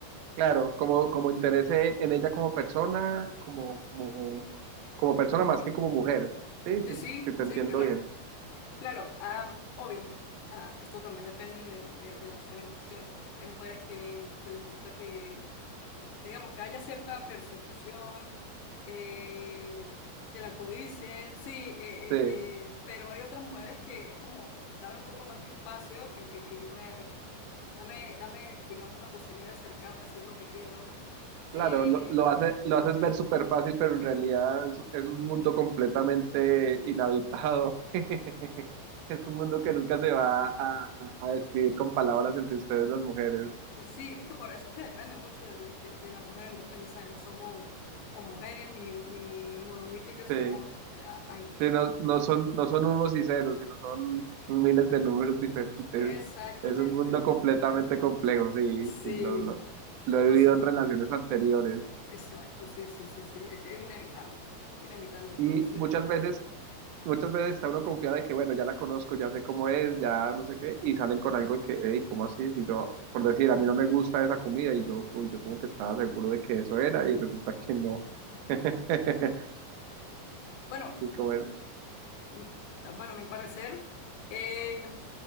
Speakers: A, on the right; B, on the left.
A: claro, como, como interés e- en ella como persona, como, como, como persona
B: Ujú.
A: más que como mujer. Sí,
B: Sí,
A: sí,
B: sí,
A: sí, te
B: sí,
A: entiendo
B: claro,
A: bien.
B: claro, ah, obvio. Ah, esto también depende de, de- de la mujer en cuestión. Hay mujeres que, que les gusta que, digamos, que haya cierta persecución, eh, que la codicien, sí, eh, eh,
A: Sí,
B: eh, pero hay otras mujeres que es como, dame un poco más mi espacio, que, que, que yo me, dame, dame, digamos, la posibilidad de acercarme si es lo que quiero.
A: claro,
B: eh,
A: lo, lo hace, lo haces ver súper fácil, pero en realidad es, es un mundo completamente inhabitado. <laughs> Es un mundo que nunca se va a, a- a describir con palabras el de ustedes las mujeres.
B: Sí, es que por eso es que depende mucho de, de- de- de la mujer en cuestión, ya sabes no somos homogéneas ni, ni monolíticas,
A: Sí.
B: somos... ah, ay,
A: Sí, no, no son, no son unos y ceros, sino son miles de números <laughs> diferentes.
B: exactamente,
A: Es un mundo completamente complejo, sí,
B: sí,
A: sí, lo, lo, lo he vivido
B: entonces,
A: en relaciones anteriores.
B: exacto, sí, sí, sí, sí, e- es, inevitable, inevitable. Entonces,
A: Y muchas veces, muchas veces está uno confiado de que, bueno, ya la conozco, ya sé cómo es, ya no sé qué, y salen con algo que, hey, ¿cómo así? Si yo, por decir, a mí no me gusta esa comida, y yo, uy, yo como que estaba seguro de que eso era, y resulta que no. <laughs>
B: bueno,
A: Y como es,
B: mm, bueno, a mi parecer, eh,